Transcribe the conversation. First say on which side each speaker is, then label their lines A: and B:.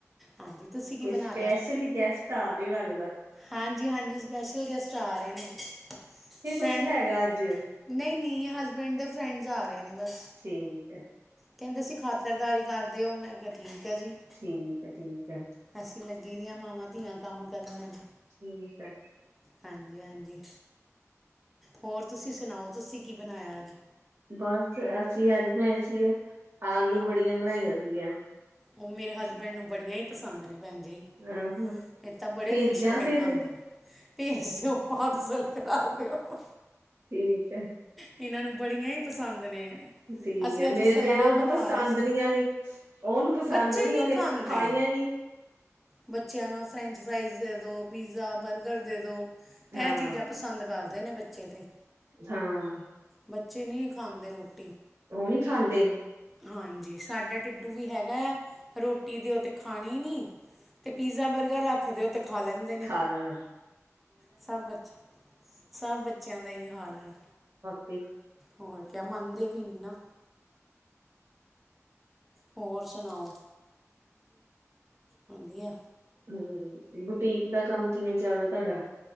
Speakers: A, in the centre; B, on the right.
A: ਹਾਂਜੀ ਤੁਸੀਂ ਕੀ
B: ਕੋਈ
A: ਬਣਾ
B: ਸਪੈਸਲ ਹੀ ਗੈਸਟ ਆਰੇ ਲੱਗਦਾ?
A: ਹਾਂਜੀ-ਹਾਂਜੀ। ਸਪੈਸ਼ਲ ਗੈਸਟ ਆ ਰੇ ਨੇ।
B: ਕੀ
A: ਫਰੈਂਡ
B: ਕੁੱਛ ਹੈਗੈ ਅੱਜ?
A: ਨਹੀਂ, ਨਹੀਂ ਹਸਬੈਂਡ ਦੇ ਫਰੈਂਡਸ ਆ ਰੇ ਨੇ ਬਸ।
B: ਠੀਕ ਹੈ।
A: ਕਹਿੰਦੇ ਸੀ ਖਾਤਰਦਾਰੀ ਕਰ ਦੇਓ, ਮੈਂ ਕਿਹਾ ਠੀਕ ਹੈ ਜੀ।
B: ਠੀਕ ਹੈ- ਠੀਕ ਹੈ।
A: ਅਸੀ ਲੱਗੀ ਦੀਆਂ ਮਾਵਾਂ- ਧੀਆਂ ਕੰਮ ਕਰਨ ਅੱਜ।
B: ਠੀਕ ਹੈ।
A: ਹਾਂਜੀ-ਹਾਂਜੀ, ਹੋਰ ਤੁਸੀ ਸੁਨਾਓ, ਤੁਸੀ ਕਿ ਬਨਾਯਾ ਅੱਜ?
B: ਬਸ ਅਸੀਂ ਅੱਜ ਬਣਾਏ ਸੀਗੇ, ਆਲੂ -ਵੜੀਆਂ ਬਣਾਈਆਂ ਸੀਗੀਆਂ।
A: ਓ ਮੇਰੇ ਹਸਬੈਂਡ ਨੂੰ ਬੜੀਆਂ ਹੀ ਪਸੰਦ ਨੇ ਭੈਣ ਜੀ।
B: ਆਹੋ
A: ਇਹ ਤਾਂ ਬੜੇ
B: ਭੇਜਾਂ
A: ਖੁਸ਼ ਹੋ ਕੇ
B: ਫੇਰ
A: ਖਾਂਦੇ ਨੇ। ਭੇਜ ਦਿਓ, ਪਾਰਸਲ ਕਰਾ ਦਿਓ।
B: ਠੀਕ ਐ।
A: ਇਹਨਾਂ ਨੂੰ ਬੜੀਆਂ ਹੀ ਪਸੰਦ ਨੇ
B: ਠੀਕ
A: ਅਸੀਂ
B: ਐ, ਮੇਰੇ
A: ਅੱਜ ਸਲਾਹ
B: ਬੇਟੇ ਨੂੰ
A: ਬਣਾ
B: ਤਾਂ ਪਸੰਦ
A: ਰਹੇ ਸੀ
B: ਨੀ ਆਨੀ। ਉਹਨੂੰ ਪਸੰਦ
A: ਬੱਚੇ
B: ਨੀਂ।
A: ਨਹੀਂ
B: ਉਹਨੇ
A: ਖਾਂਦੇ
B: ਖਾਈਆਂ ਨੀ।
A: ਬੱਚਿਆਂ ਨੂੰ ਫਰੈਂਚ ਫਰਾਈਜ਼ ਦੇ ਦੋ। ਪੀਜ਼ਾ, ਬਰਗਰ ਦੇ ਦੋ, ਐਹ
B: ਹਾਂ
A: ਚੀਜ਼ਾਂ ਪਸੰਦ ਕਰਦੇ ਨੇ ਬੱਚੇ ਤੇ।
B: ਹਾਂ।
A: ਬੱਚੇ ਨੀ ਖਾਂਦੇ ਰੋਟੀ।
B: ਉਹ ਨੀ ਖਾਂਦੇ।
A: ਹਾਂਜੀ, ਸਾਡਾ ਟਿੱਡੂ ਵੀ ਹੈਗਾ ਐ, ਰੋਟੀ ਦੇਓ ਤੇ ਖਾਣੀ ਨੀ -ਤੇ ਪੀਜ਼ਾ, ਬਰਗਰ ਰੱਖ ਦੇਓ ਤੇ ਖਾ ਲੈਂਦੇ ਨੇ।
B: ਆਲਣੈ।
A: ਸਭ ਬੱਚ, ਸਭ ਬੱਚਿਆਂ ਦਾ ਏਹੀ ਹਾਲ ਐ।
B: 'ਤੇ
A: ਹੋਰ ਕਿਆ ਮੰਨਦੇ ਵੀ ਨੀ ਨਾ। ਹੋਰ ਸੁਣਾਓ, ਵਦੀਆ।
B: ਹਮਮ, ਬੁਟੀਕ ਦਾ ਕੰਮ ਕਿਵੇਂ ਚੱਲਦਾ ਤੁਹਾਡਾ?